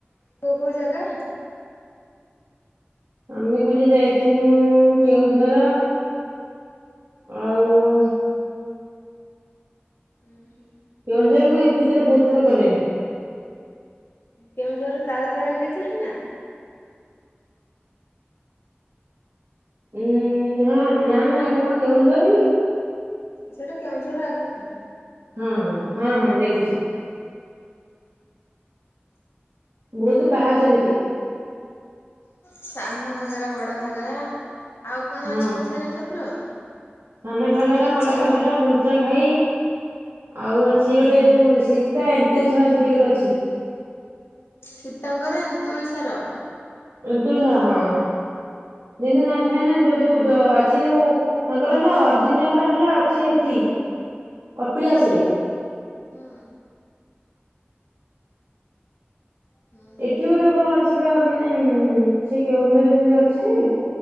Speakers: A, on the left (about 80°); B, on the right (about 75°).
A: କୋଉ କୋଉ ଯାଗା?
B: ଆମେ ଖାଲି ଯାଇଥିନୁ କେଉଁଝର। ଆଉ।
A: ହୁଁ ହୁଁ।
B: କେଉଁଝର ମୁଁ ଏଦ୍ ଭିତରେ ବହୁତଥର ଗଲିଣି।
A: କେଉଁଝରରେ ତାରାତାରେଣୀ ଦେଖିଲୁଣିିନା?
B: ଉଁ ହଁ ନା ନା ଏଟା କଣ କେଉଁଝର କି।
A: ସେଟା କେଉଁଝର ଆଗୁକୁ।
B: ହଁ ହଁ ହଁ ହଁ ଦେଖିଛି। ବହୁତୁ ପାହାଚ ସେଠି।
A: ସାନ ଘାଗରା ବଡ ଘାଗରା ଆଉ କଣ
B: ହଁ।
A: ଅଛନ୍ତି ସିଆଡେ ଠାକୁର।
B: ସାନ ଘାଗରା,
A: ଖିଚିଙ୍ଗ
B: ବଡ ଘାଗରା, ଗୁଣ୍ଡିଚାଖାଇ ଆଉ ଅଛି
A: ହୁଁ
B: ଗୋଟେ ଯୋଉ ଶୀ। ସୀତା ଏନ୍ତୁଡିଶାଳ ସେଠି ଗୋଟେ ଅଛି।
A: ସୀତାଙ୍କର ଏନ୍ତୁଡି ଶାଳ।
B: ଏନ୍ତୁଡ଼ି ଶାଳ ହଁ। ଯେମିତି ନଥାଏନା ଯୋଉ ଯୋଉ ଅଛି ଯୋଉ। ତାଙ୍କର ହେଲା ଅରଜିନାଲଟା ହେଲା ଅଛି ଏଠି କପିଳାସରେ।
A: ହଁ। ହୁଁ ହୁଁ
B: ଏଠି ଗୋଟେ କଣ ଅଛି ପା ମାନେ ସେ କେଉଁଝରରେ ସେମିତି ଅଛି ଯେ।